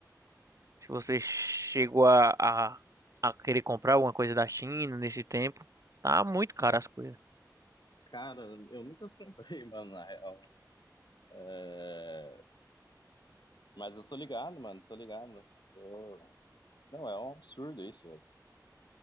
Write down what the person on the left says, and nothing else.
Ca-
Cara, eu nunca comprei, <laughs> mano, na real. É, Mas eu tô ligado, mano, tô ligado. Eu... Não, é um absurdo isso,